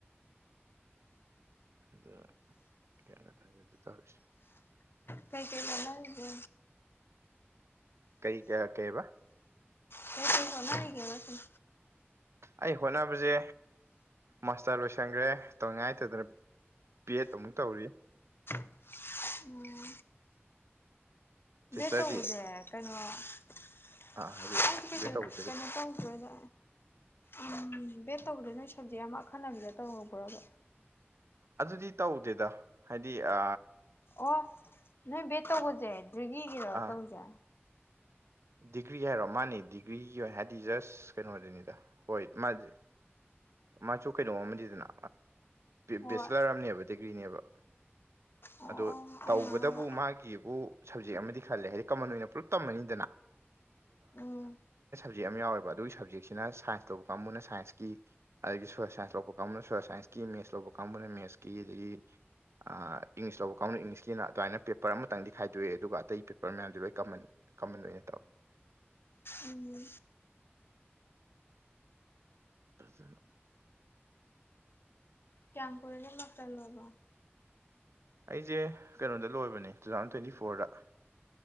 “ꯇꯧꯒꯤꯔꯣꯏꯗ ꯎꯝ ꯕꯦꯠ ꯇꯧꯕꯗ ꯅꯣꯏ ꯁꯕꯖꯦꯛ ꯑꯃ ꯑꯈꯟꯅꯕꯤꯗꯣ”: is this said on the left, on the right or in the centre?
Left